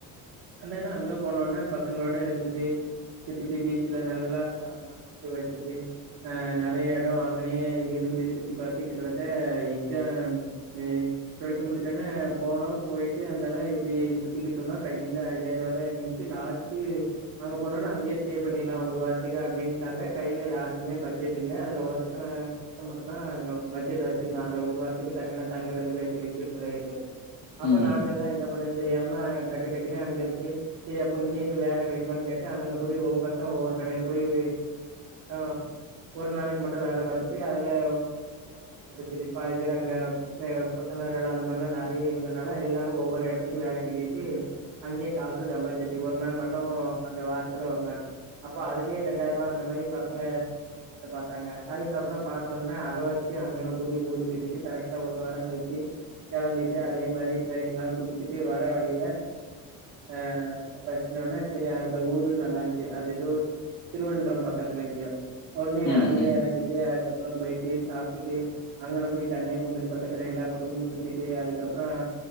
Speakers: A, on the right; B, on the left.
A: அந்தனா அங்க போனோன்னே பசங்களோட இருந்துட்டு சுத்திட்டு பீச்சுல நல்லா வாக்கு வச்சிட்டு ஆ நெறைய எடோ அங்கனே இருந்து சுத்தி பாத்து கிட்டத்தட்ட எக்ஸாம் ஆ டுவெல்த் முடிச்சோன்னே போனோ போயிட்டு அந்தலா இப்டி சுத்திட்டு இருந்தோ கையில ஐயாயிரூவா தா இருந்துச்சு லாஸ்ட் டு அங்க போனோன்னே அங்கேயே ஸ்டே பண்ணிட்லா ஒரு வாரத்துக்கு அப்படின்ட்டாங்க கையில யாருக்குமே பட்ஜெட் இல்ல அதுல ஒருத்த ஒருத்தன் மட்டுந்தா அங்க பட்ஜெட் வச்சிருந்தா அந்த ஒரு வாரத்துக்கு சட்டுன்னு தங்கறதுக்கு கை இருக்கு பிறக்கு அப்ப
B: ம், ம்,
A: நாங்க எல்லா எங்க போறன்னு தெரியாம டக்கு டக்குனு அங்க இருக்கு செரி அப்ப இங்கேயே எது வேல கெடைக்குமான்னு கேட்டு அங்கன்ன கூடி ஒவ்வொருத்த ஒவ்வொரு கடையில போய் நா மட்டும் ஒரு நாளைக்கு மட்டு வேல பாத்துட்டு அதுல ஒரு ஆயிரரூவா கெடைச்சது பாதி பேர் அங்க இந்த த கொத்தனார் வேல அந்த மாரிலா நெறைய இருந்தனால எல்லாரு ஒவ்வொரு எடத்துக்கு வேலைக்கு போயிட்டு அங்கேயே காச சம்பாதிச்சி வெச்சு ஒரு நாள் மட்டு அங்க வாரத்துல ஒரு நாள் அப்போ அதுலயே ரெண்டாயிரூவா அந்த மாரி பசங்க லாபத்த பாத்தாங்க அதுக்கப்புற பாத்தோன்னே அத வச்சு அங்கன்ன கூடி ஊருக் பேசிட்டு கரெக்டா ஒரு வார கழிச்சி கெளம்பிட்டு அதே மாரி ட்ரெயின்லா புடிச்சிட்டு வர வழியில ஆ ரொம்ப ஃபஸ்ட்னவொன்னே செரி அந்த ஊரு நல்லா இருந்துச்சி அது ஏதோ திருவன்றம் பக்கத்துல எங்கயோ ஒன்னே
B: ம்,
A: அங்க எறங்கிட்டு அதுக்கப்புற போயிட்டு சாப்ட்டுட்டு அங்கன குடி கன்னியாகுமரி பக்கத்துல எல்லா பக்கமு சுத்திட்டு அதுக்கப்புற